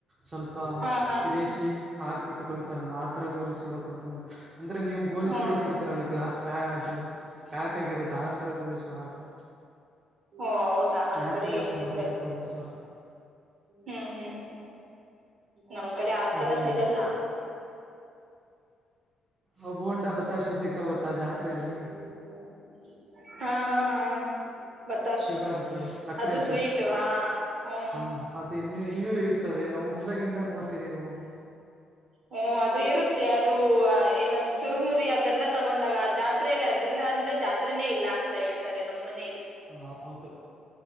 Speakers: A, on the right; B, on the right.
A: ಸ್ವಲ್ಪ
B: ಹಾ ಹಾ
A: ಇಲೇಚಿ ಹಾಕ್ಬಿಟ್ಕೊಳ್ತರಲ್ಲ ಆ ತರ ಗೋಲಿಸೋಡೋಕ್ ಕೊಡೋದು ನಮಗೆ ಅಂದರೆ ನೀವು
B: ಹ್ಮ್
A: ಗೋಲಿ ಸೋಡ ಕುಡ್ತಿೀರಲ್ಲ ಗ್ಲಾಸ್ ಪ್ಯಾ ಅದು ಪ್ಯಾಕ್ ಆಗಿರೋದು ಆ ಥರ ಗೋಲಿ ಸೋಡ ಅಲ್ಲ
B: ಓ ಹೌದಾ ನಮ್
A: ನ್ಯಾಚುರಲಿ
B: ಕಡೆ
A: ಮಾಡಿರೋ
B: ಇದ್ರೆ
A: ಗೋಲಿ ಸೋಡಾ
B: ಹ್ಮ್ ಹ್ಮ್ ಹ್ಮ್ ನಮ್ ಕಡೆ ಆತರ
A: ಇನ್ನೇನು
B: ಸಿಗಲ್ಲ
A: ಅವು ಬೋಂಡ ಬತ್ತಾಶ ಸಿಗ್ತಾವೆ ಗೊತ್ತಾ ಜಾತ್ರೆಯಲ್ಲಿ
B: ್ಮ <inaudible> ಹ ಹಾ <unintelligible> ಹಾ ಬಾಸ್
A: ಶುಗರ್ದು ಸಕ್ಕರೆದು
B: ಅದು ಸ್ವೀಟ್ ಹಾ ಹ್ಮ <unintelligible>
A: ಹಾಂ ಅದು ಇನ್ನೂ ಇನ್ನೂ ಇರ್ತವೆ ನಾವು ಹುಟ್ದಾಗಿಂದ ನೋಡ್ತಿದ್ದೀವಿ ಅವು
B: ಹ್ಮ ಅದು ಇರುತ್ತೆ ಅದು ಏನ ಚುರುಮುರಿ ಅದೆಲ್ಲ ತಗೊಂಡಾಗ ಜಾತ್ರೆಯಲ್ಲಿ ಅದಿಲ್ಲ ಅಂದ್ರೆ ಜಾತ್ನೇ ಇಲ್ಲ ಅಂತ ಹೇಳ್ತಾರೆ ನಮ್ಮ ಮನೆ <unintelligible>
A: ಹೌದು